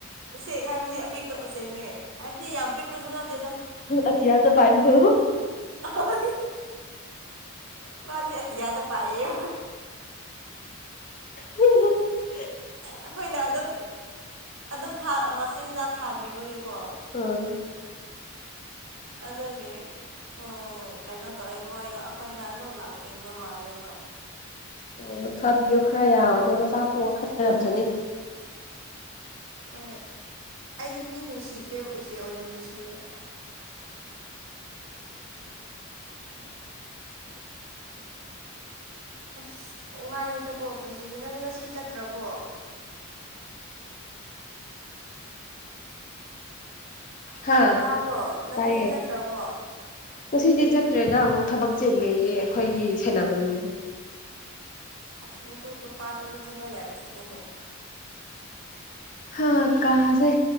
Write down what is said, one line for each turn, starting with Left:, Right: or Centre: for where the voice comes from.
Right: ꯎꯆꯦꯛ ꯍꯥꯏꯕꯗꯤ ꯑꯄꯤꯛꯄ ꯎꯆꯦꯛꯅꯦ ꯍꯥꯢꯕꯗꯤ ꯌꯥꯝ ꯄꯤꯛꯄꯁꯨ ꯅꯠꯇꯦꯗ
Left: ꯑꯇꯤꯌꯥꯗ ꯄꯥꯏꯕꯗꯣ
Right: ꯍꯣꯢ ꯃꯥꯅꯤ ꯑꯇꯤꯌꯤꯗ ꯄꯥꯏꯌꯦ
Left: ꯍ ꯍꯣ <inaudible>
Right: ꯑꯩꯈꯣꯏꯅ ꯑꯗꯨꯝ ꯑꯗꯨꯝ ꯊꯥ ꯃꯆꯤꯟꯖꯥꯛ ꯊꯥꯕꯤꯕꯒꯤꯀꯣ
Left: ꯑꯥ
Right: ꯑꯗꯨꯒꯤ ꯑꯣ ꯀꯩꯅꯣ ꯇꯧꯋꯦ ꯃꯣꯏꯗꯣ ꯑꯩꯈꯣꯏꯅꯝꯗ ꯑꯗꯨꯝ ꯂꯥꯛꯅꯤꯡꯕ ꯃꯥꯜꯂꯦꯕ
Left: ꯑꯣ ꯊꯥꯕꯤꯌꯣ ꯈꯔ ꯌꯥꯝ ꯑꯗꯣ ꯃꯆꯥ ꯄꯣꯛꯑ ꯈꯟꯅꯔꯝꯖꯅꯤ
Right: ꯍꯣꯏ ꯑꯩꯗꯤ ꯃꯤ ꯅꯨꯡꯁꯤꯗ꯭ꯔꯦꯕ ꯎꯆꯦꯛ ꯑꯣꯏꯅ ꯅꯨꯡꯁꯤꯔꯦ ꯑꯁ ꯋꯥꯏꯑꯦꯗꯀꯣ ꯄꯨꯟꯁꯤꯁꯦ ꯅꯪ ꯉꯁꯤ ꯆꯠꯇ꯭ꯔꯕꯣ
Left: ꯍꯥ
Right: ꯇꯥꯕ꯭ꯔꯣ ꯅꯪ
Left: ꯇꯥꯏꯌꯦ
Right: ꯉꯁꯤ ꯆꯠꯇ꯭ꯔꯕꯣ
Left: ꯉꯁꯤꯗꯤ ꯆꯠꯇ꯭ꯔꯦꯗ ꯑꯃꯨꯛ ꯊꯕꯛ ꯆꯠꯇꯔꯦ ꯑꯩꯈꯣꯏꯒꯤ ꯁꯦꯟꯅꯅꯕ ꯃꯤꯗꯣ
Right: ꯑ ꯑꯗꯨ ꯅꯨꯄꯥꯇꯨꯁꯨ ꯊꯕꯛ ꯌꯥꯝ ꯆꯤꯂꯦꯅꯦ
Left: ꯍꯥ ꯀꯥꯁꯦ